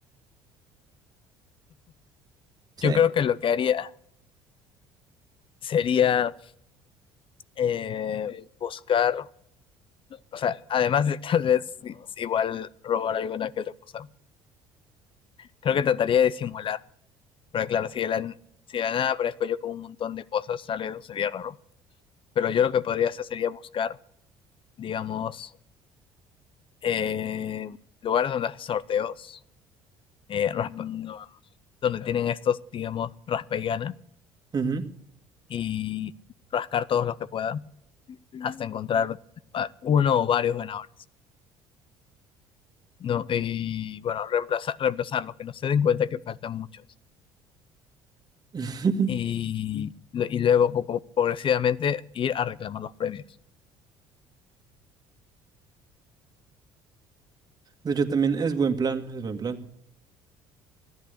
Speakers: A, on the right; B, on the left.
A: Sí.
B: Yo creo que lo que haría sería eh, buscar, o sea, además de tal vez i- igual robar alguna que otra cosa, creo que trataría de simular. Pero claro, si de la, si de la nada aparezco yo con un montón de cosas, tal vez eso sería raro. Pero yo lo que podría hacer sería buscar, digamos, eh, lugares donde hacen sorteos, eh, raspa- donde tienen estos, digamos, raspa y gana,
A: Ujú.
B: y rascar todos los que pueda hasta encontrar a uno o varios ganadores, ¿no? Y bueno, reemplazar, reemplazarlos, que no se den cuenta que faltan muchos.
A: <laughs>
B: Y, y luego, poco, progresivamente, ir a reclamar los premios.
A: De hecho, también es buen plan, es buen plan.